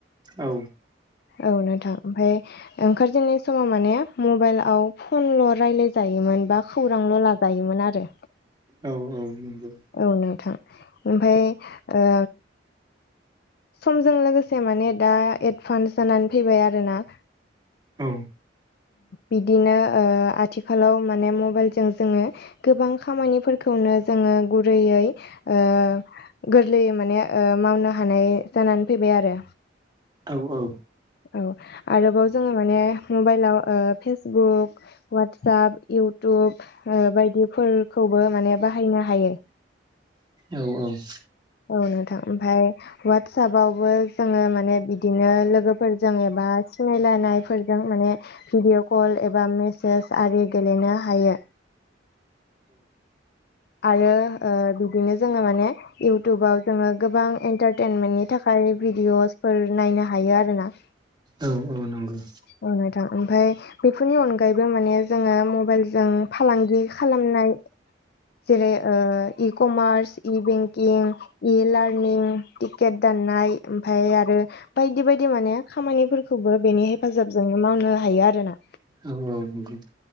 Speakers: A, on the right; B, on the left.
A: औ।
B: औ नोंथां ओमफ्राय ओंखार जेननाय समाव माने मबाइलव फनल' रायलाय जायोमोन बा खौरांल' ला जायोमोन आरो
A: औ औ नंगौ।
B: औ नोंथां ओमफाय ओ समजों लोगोसे माने दा एडभान्स जानानै फैबाय आरोना।
A: औ।
B: बिदिनो ओ आथिखालाव माने मबाइलजों जोङो। गोबां खामानिफोरखौनो जोङो गुरैयै ओ गोरलैयै माने ओ मावनो हानाय जानानै फैबाय आरो।
A: औ औ।
B: औ आरोबाव जोङो माने मबाइलाव ओ फेसबुक ववाटसप, इउटुब बायदिफोरखौबो माने बाहायनो हायो।
A: औ औ।
B: औ नोंथां ओमफाय ववाटसपावबो जोङो माने बिदिनो लोगोफोरजों एबा सिनायलायनायफोरजों माने भिडिअ कल एबा मेसेज आरि गेलेनो हायो। आरो ओ बिदिनो जोङो माने। इउटुबाव जोङो गोबां एन्टारटेनमेन्टनि थाखाय भिडिअसफोर नायनो हायो आरो ना।
A: औ औ नंगौ।
B: औ नोंथां ओमफ्राय बेफोरनि अनगायैबो माने जोङो मबाइलजों फालांगि खालामनाय जेरै ओ इ कमार्स इ बेंकिं इ लार्निं टिकेट दाननाय ओमफाय आरो बायदि बायदि माने खामानिफोरखौबो बेनि हेफाजाबजोंनो मावनो हायो आरोना।
A: औ औ। <inaudible>